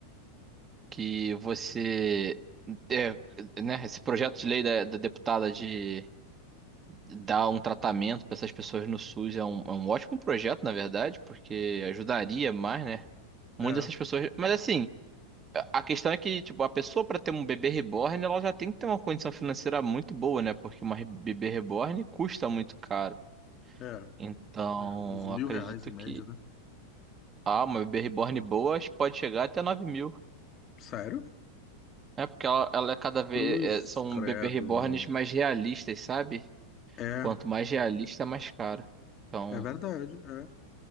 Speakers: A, on the right; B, on the left.
A: que você é, né, esse projeto de lei da, da deputada de dar um tratamento para essas pessoas no SUS é um, é um ótimo projeto, na verdade, porque ajudaria mais, né? Muitas
B: É,
A: dessas pessoas. Mas assim. A questão é que, tipo, a pessoa para ter um bebê reborn, ela já tem que ter uma condição financeira muito boa, né? Porque uma re- bebê reborn custa muito caro.
B: é,
A: Então,
B: é. Uns mil
A: acredito
B: reais em
A: que
B: média, né?
A: ah, uma bebê reborn boa acho que pode chegar até 9 mil.
B: Sério?
A: É porque ela, ela é cada vez
B: Cruz,
A: é, são
B: credo,
A: bebê reborns
B: mano.
A: mais realistas, sabe?
B: É,
A: Quanto mais realista, mais caro. Então,
B: é verdade, é.